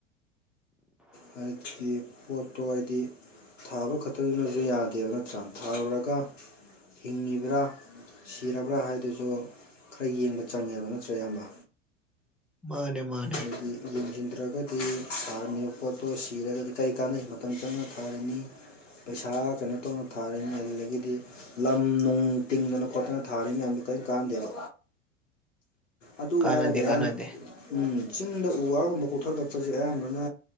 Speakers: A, on the left; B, in the centre.
A: ꯍꯥꯏꯗꯤ ꯄꯣꯠꯇꯣ ꯍꯥꯏꯗꯤ ꯊꯥꯕ ꯈꯛꯇꯗꯨꯅꯁꯨ ꯌꯥꯗꯦꯕ ꯅꯠꯇ꯭ꯔꯥ ꯊꯥꯔꯨꯔꯒ ꯍꯤꯡꯉꯤꯕ꯭ꯔꯥ ꯁꯤꯔꯕ꯭ꯔꯥ ꯍꯥꯏꯗꯨꯁꯨ ꯈꯔ ꯌꯦꯡꯕ ꯆꯪꯉꯦꯕ ꯅꯠꯇ꯭ꯔꯣ ꯏꯌꯥꯝꯕ
B: ꯃꯥꯅꯦ ꯃꯥꯅꯦ
A: ꯍꯥꯏꯗꯤ ꯌꯦꯡꯁꯤꯟꯗ꯭ꯔꯒꯗꯤ ꯁꯥꯔꯝꯃꯤꯕ ꯄꯣꯠꯇꯣ ꯁꯤꯔꯒꯗꯤ ꯀꯔꯤ ꯀꯥꯟꯅꯩ ꯃꯇꯝ ꯆꯪꯅ ꯊꯥꯔꯤꯅꯤ ꯄꯩꯁꯥ ꯀꯩꯅꯣ ꯇꯧꯅ ꯊꯥꯔꯤꯅꯤ ꯑꯗꯨꯗꯒꯤꯗꯤ ꯂꯝ ꯅꯨꯡ ꯇꯤꯡꯗꯅ ꯈꯣꯠꯇꯅ ꯊꯥꯔꯤ ꯃꯌꯥꯝꯗꯣ ꯀꯔꯤ ꯀꯥꯟꯅꯗꯦꯕ ꯑꯗꯨ
B: ꯀꯥꯟꯅꯗꯦ
A: ꯍꯥꯏꯔꯒ
B: ꯀꯥꯟꯅꯗꯦ
A: ꯌꯥꯝꯌꯥꯝꯅ ꯆꯤꯡꯗ ꯎ ꯋꯥꯒꯨꯝꯕ ꯀꯣꯛꯊꯠꯂꯛꯄꯁꯦ ꯑꯌꯥꯝꯕꯅ